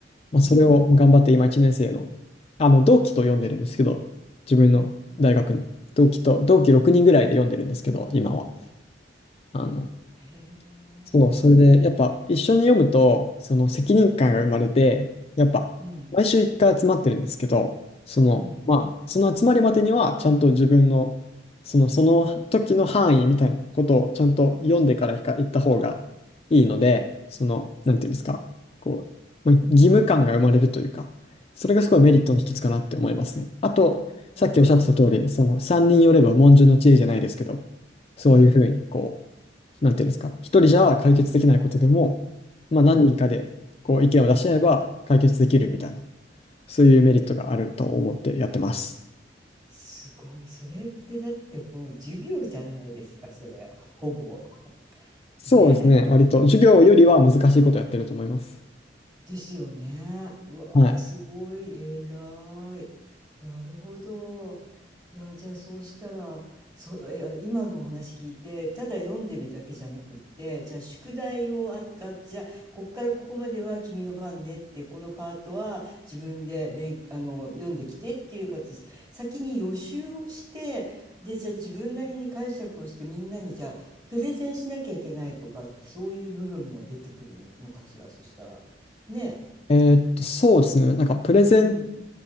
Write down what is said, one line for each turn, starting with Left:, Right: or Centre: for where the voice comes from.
Left: まあ、
Right: うん、
Left: それを頑張って今1年生の、
Right: うん、
Left: あの、同期と読んでるんですけど、自分の大学の同期と、
Right: うん。
Left: 同期6人ぐらいで読んでるんですけど、今は。あの、
Right: へえ、
Left: そう、それで、やっぱ一緒に読むと、
Right: おもし、
Left: その責任感が生まれて、やっぱ毎週一回集まってるんですけど、
Right: うん、
Left: その、
Right: うん。
Left: まあ、その集まりまでには、ちゃんと自分の、その、その時の範囲みたいなことをちゃんと読んでから行か行った方がいいので、その、なんていうんですか、こう、まあ、義務感が生まれるというか、それがすごいメリットの一つかなって思いますね。あと、さっきおっしゃってた通り、
Right: う、うわ
Left: その3人寄れば文殊の知恵じゃないですけど、そういうふうにこう、
Right: ー、うん、
Left: なんていうんですか、一人じゃ解決できないことでも、まあ、
Right: うん。
Left: 何人かでこう意見を出し合えば解決できるみたいな、そういうメリットがあると思ってやってます。
Right: すごい。それってだってもう授業じゃないですか、それ。ほぼ。
Left: そうですね、
Right: ね
Left: 割と授業よりは難しいことやってると思います。
Right: ですよね。うわー、
Left: はい。
Right: すごい偉い。なるほど。いや、じゃあそうしたら、そう、いや、今のお話聞いて、ただ読んでるだけじゃなくって、じゃあ宿題をあがあって、じゃあ、こっからここまでは君の番ねって、このパートは自分で勉、あの、読んできてっていう形で、先に予習をして、で、じゃあ自分なりに解釈をしてみんなにじゃあ、プレゼンしなきゃいけないとかって、そういう部分も出てくるの、のかしら、そしたら。ね
Left: えーっと、そうですね、なんかプレゼンっ
Right: え、うん、